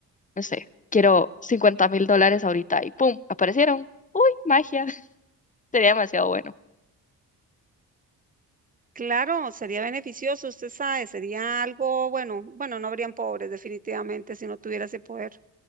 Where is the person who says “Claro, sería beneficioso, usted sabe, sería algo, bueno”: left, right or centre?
Right